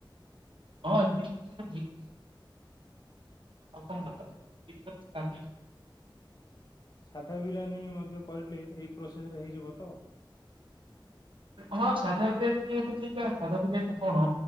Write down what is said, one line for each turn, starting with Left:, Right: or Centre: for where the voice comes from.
Right: ହଁ ଏତିକିରେ ହେଇଯିବ।
Left: ଆଚ୍ଛା
Right: ଆଉ କଣ
Left: ଆଚ୍ଛା।
Right: ଦରକାର <unintelligible>
Left: ସାଧା ବିରିୟାନୀ ମଧ୍ୟ କରିଲେ ଏ ପ୍ରୋସେସ୍ ରେ ହେଇଯିବ ତ?
Right: ହଁ ସାଧା ବିରିୟାନୀ ଏମିତି କା। ସାଧା ବିରିୟାନୀ ଟା କଣ।